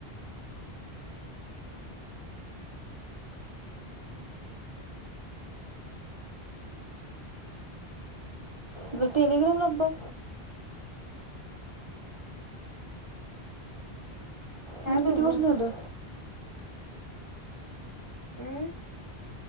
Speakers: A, on the right (about 35°); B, on the left (about 20°).
A: मग टेलीग्रामला बघ.
B: काय
A: येऊन
B: बघू
A: किती वर्ष झालं?
B: हम्म